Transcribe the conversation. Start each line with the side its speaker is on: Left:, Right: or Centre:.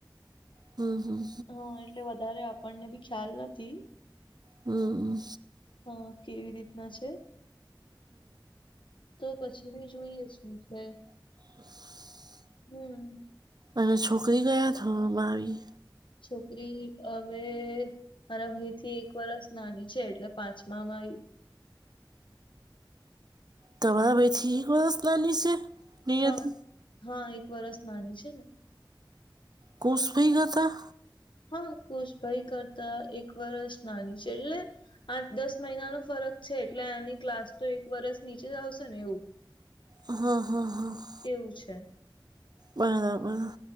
Right: હમમ હમમ
Left: હા એટલે વધારે આપણને બી ખ્યાલ નથી.
Right: હમમ.
Left: હા કેવી રીતના છે તો પછી કેવી જોઈએ શું છે?
Right: <inaudible>
Left: હમમ
Right: અને છોકરી ક્યાં ધોરણ માં આવી?
Left: છોકરી હવે મારા ભાઈ થી એક વરસ નાની છે એટલે પાંચમા માં આયી.
Right: તમારા બેેથી એક વરસ નાની છે? નિયતિ
Left: હા હા એક વરષ નાની છે ને.
Right: કુશ ભી હતા
Left: હા ખુશભાઈ કરતા એક વરષ નાની છે, એટલે આઠ દસ મહિનાનો ફરક છે એટલે આની ક્લાસ તો એક વરસ નીચે જ આવશે ને એવું
Right: હમ હા હા
Left: એવું છે
Right: બરાબર